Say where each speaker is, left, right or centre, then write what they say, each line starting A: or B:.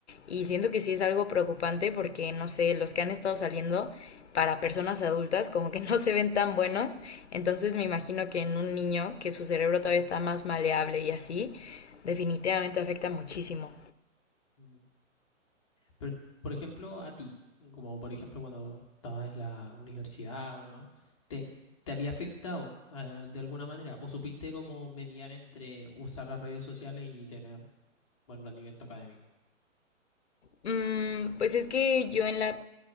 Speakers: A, on the left (about 55°); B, on the left (about 25°).
A: y siento que sí es algo preocupante porque, no sé, los que han estado saliendo para personas adultas como que <laughs> no se ven tan buenos entonces me imagino que en un niño que su cerebro todavía está más maleable y así, definitivamente afecta muchísimo.
B: Mm. Pero, por ejemplo, a ti, Mm. como por ejemplo cuando estabas en la universidad o demás, ¿te, te había afectado ah, de alguna manera? ¿O supiste cómo mediar entre usar las redes sociales y tener buen rendimiento académico?
A: Mm, pues es que yo en la